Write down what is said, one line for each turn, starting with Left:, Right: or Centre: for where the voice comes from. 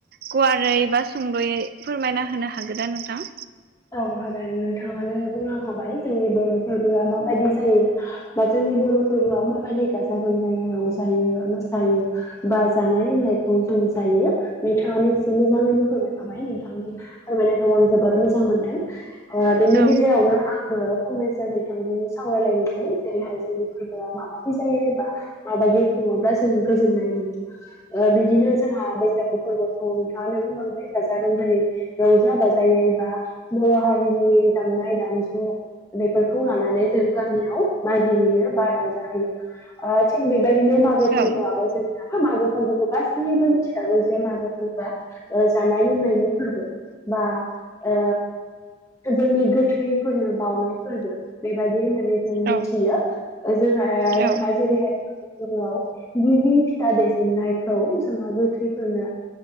Right: गुवारै बा सुंद'यै फोरमायना होनो हागोन दा नोंथां
Left: औ हागोन नोंथाङानो बुंलां खाबाय जोंनि बर फोरबोआ माबायदि जायो बा जोंनि बर' फोरबोआव माबायदि गाजा गोमजायै रंजायो मोसायो बा जानाय लोंनायखौ जों जायो बिथाङानो एसे मोजाङैनो फोरमायखाबाय नोंथांनि फोरमायनायखौ आं जोबोर मोजां मोनदों बिनि
Right: औ
Left: गेजेरावनो आंबो फंनैसो नोंथां सावरायलायनोसै जेरैहाय जोंनि फोरबोआ माबायदि जायो माबायदि नङाब्ला जों गोजोन्नाय मोनो ओ बिदिनो जोंहा बैसागु फोरबोखौ नोंथाङानो बुंलांबाय गाजा गोमजायै रंजा बाजायै बा बर' हारिनि दामनाय दामजु बेफोरखौ लानानै जों गामियाव मागि हैैयो बा रंजाहैयो थिग बेबायदिनो मागो फोरबोआबो
Right: औ
Left: जों <unintelligible> मागो फोरबोखौ जों गासैबो मानसियाबो जे मागो फोरबोआ जानाय लोंनायनि फोरबो बा ओ जोंनि गो थैफोरनो बावउनाय फोरबो बेबायदि होननानै जों
Right: औ
Left: मिथियो जोंहा
Right: औ
Left: जोंहा जेरैहाय दङ गिबि फिथा देजेननायखौ जोंहा गोथैफोरनो